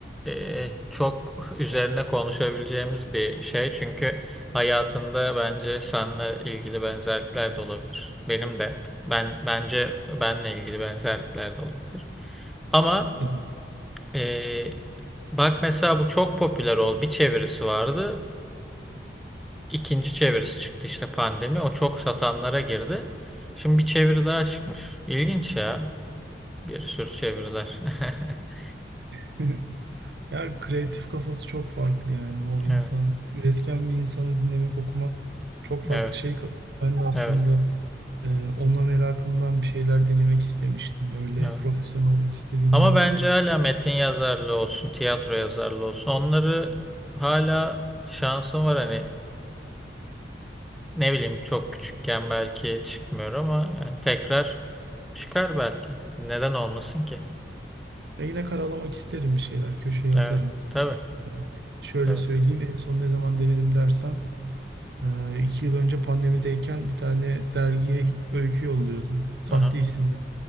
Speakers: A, in the centre; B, on the right (about 65°).
A: e, çok <laughs> üzerine konuşabileceğimiz bir şey. Çünkü hayatında bence seninle ilgili benzerlikler de olabilir. Benim de. Ben bence benle ilgili benzerlikler de olabilir. Ama
B: dedim.
A: e, bak mesela bu çok popüler oldu. Bir çevirisi vardı. İkinci çevirisi çıktı işte pandemi. O çok satanlara girdi. Şimdi bir çeviri daha çıkmış. İlginç ya. Bir sürü çeviriler. <laughs>
B: <laughs> Ya kreatif kafası çok farklı yani. O insan
A: Evet,
B: üretken bir insanı dinlemek, okumak çok farklı
A: evet,
B: şey katıyor. Ben de aslında
A: evet.
B: Ee, onunla merakımdan bir şeyler denemek istemiştim. Öyle
A: Evet.
B: profesyonel olmak istediğimden
A: Ama bence
B: değil.
A: hala metin yazarlığı olsun, tiyatro yazarlığı olsun. Onları hala şansım var hani ne bileyim çok küçükken belki çıkmıyor ama yani tekrar çıkar belki. Neden olmasın ki?
B: Ya yine karalamak isterim bir şeyler. Köşeye atarım.
A: Evet, tabii,
B: Yani şöyle
A: tabii.
B: söyleyeyim. En son ne zaman denedim dersen e, iki yıl önce pandemideyken bir tane dergiye öykü yolluyordum. Sahte
A: Aha.
B: isimle.